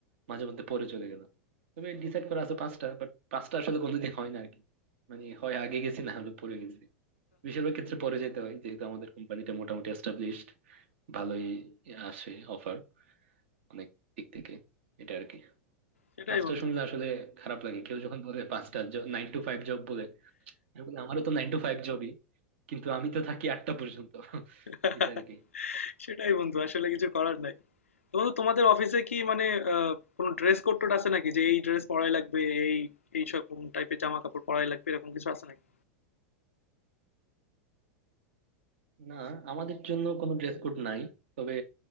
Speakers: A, on the right; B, on the left.
A: মাঝে মধ্যে পরে চলে গেলাম তবে ডিসাইড করা আছে পাঁচটা বাট পাঁচটা আসলে কোনোদিন হয় না আর কি মানে হয় আগে গেছি না হলে পরে গেছি বেশিরভাগ ক্ষেত্রে পরে যেতে হয় যেহেতু আমাদের কোম্পানিটা মোটামুটি এস্টাবলিশড ভালোই আসে অফার অনেক দিক থেকে এটা আর কি
B: সেটাই
A: পাঁচটা
B: বন্ধু
A: শুনলে আসলে খারাপ লাগে কেউ যখন বলে পাঁচটা নাইন টু ফাইভ জব বলে আমি বলি, আমারও তো নাইন টু ফাইভ জবই কিন্তু আমি তো থাকি আটটা পর্যন্ত
B: <laughs>
A: এটা আর কি
B: সেটাই বন্ধু আসলে কিছু করার নাই তো বন্ধু তোমাদের অফিসে কি মানে আহ, কোনো ড্রেস কোড টোড আছে নাকি যে এই ড্রেস পরাই লাগবে এই এই সব টাইপের জামা কাপড় পরাই লাগবে এরকম কিছু আছে নাকি
A: না আমাদের জন্য কোনো ড্রেস কোড নাই তবে